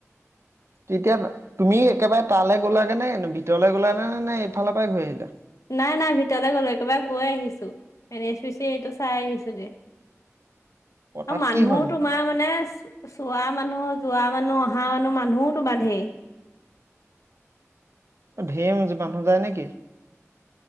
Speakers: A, on the right; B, on the left.
A: তেতিয়া তুমি একেবাৰে তালৈ গ'লাাকে নে ভিতৰলৈ গ'লা নে নে নে এইফালৰ পৰাই ঘৈ আহিলা
B: নাই নাই ভিতৰলে গ'লো একেবাৰে গৈ আহিছো এন এছ পি চি এইটো চাই আহিছো যে
A: অ', তাত
B: আৰু মানুহ
A: কি হয়নো
B: তোমাৰ মানে চোৱা মানুহ যোৱা মানুহ অা হা মনো মানুহোওতো বান্ধে
A: ধিম মানুহ যায় নেকি